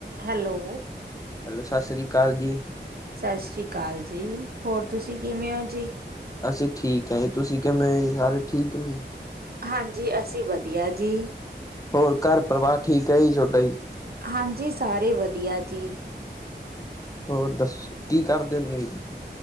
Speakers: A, on the right; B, on the left.
A: Hello-
B: hello Sat Sri ਅਕਾਲ ਜੀ।
A: ਸਤਿ ਸ੍ਰੀ ਅਕਾਲ ਜੀ, ਹੋਰ ਤੁਸੀਂ ਕਿਵੇਂ ਹੋ ਜੀ?
B: ਅਸੀਂ ਠੀਕ ਆਏ ਤੁਸੀਂ ਕਿਵੇਂ ਸਾਰੇ ਠੀਕ ਔ-
A: ਹਾਂਜੀ ਅਸੀਂ ਵਧੀਆ ਜੀ।
B: ਹੋਰ ਘਰ ਪਰਵਾਰ ਠੀਕ ਐ ਤੋਡਾ ਜੀ-
A: ਹਾਂਜੀ ਸਾਰੇ ਵਧੀਆ ਜੀ।
B: ਹੋਰ ਦੱਸ ਕੀ ਕਰਦੇ ਹੁੰਦੇ ਔ?